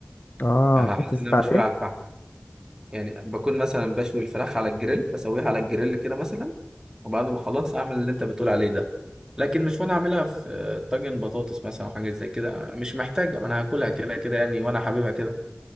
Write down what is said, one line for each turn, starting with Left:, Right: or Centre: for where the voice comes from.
Left: اه
Right: انا
Left: تحط
Right: حاسس ان
Left: زيت
Right: انا
Left: عليه
Right: مشوي على الفحم يعني بكون مثلا بشوي الفراخ على الجريل بسويها على الجريل كده مثلا وبعد ما اخلص اعمل اللي انت بتقول عليه ده لكن مش وانا اعملها في آه، طاجن بطاطس مثلا او حاجه زي كده مش محتاجه ما انا هاكلها كده كده يعني وانا حاببها كده